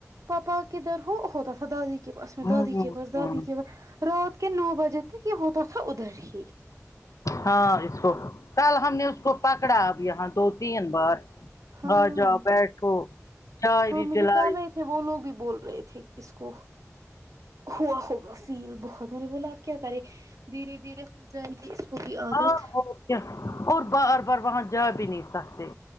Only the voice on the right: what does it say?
پاپا کدھر ہو دادی کے پاس میں
دادی
کے پاس دادی
کے پاس رات کے نو بجے تک یہ ہوتا تھا ادھر ہی
ہاں
ہاں
مجھے
کر رہے وہ لوگ بھی بول رہے تھے اس کو ہوا ہوگا فیل بہت میں نے بلا کیا کرے دھیرے دھیرے ہو جائیں گی اس کو بھی عادت